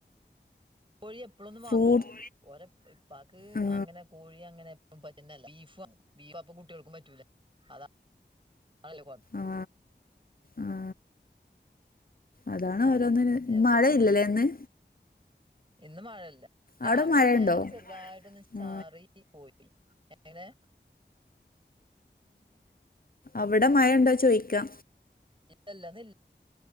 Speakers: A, on the right; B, on the left.
A: കോഴി എപ്പോഴൊന്നും വാങ്ങൂല
B: ഫ്രൂട്ട്
A: ട്ടോ, ഓരെ ഇപ്പാക്ക്
B: ആ
A: അങ്ങനെ കോഴി അങ്ങനെ പറ്റെന്നെല്ല. ബീഫ ബീഫ് അപ്പ കുട്ടികൾക്കും പറ്റൂലേ അതാണ് <unintelligible>
B: ആ ആ അതാണ്
A: ഉം
B: ഓരോന്നിന്
A: എന്താ
B: മഴയില്ലല്ലേ
A: ചെയ്യാ
B: ഇന്ന്
A: ഇന്ന് മഴല്ല രാവിലെ
B: അവിടെ മഴയുണ്ടോ
A: ഇങ്ങനെ ചെറുതായിട്ടൊന്ന് ചാറി
B: ആ
A: പോയി എങ്ങനെ?
B: അവിടെ മഴുണ്ടോ ചൊയ്ക്കാ
A: ഇല്ലല്ല, അതില്ല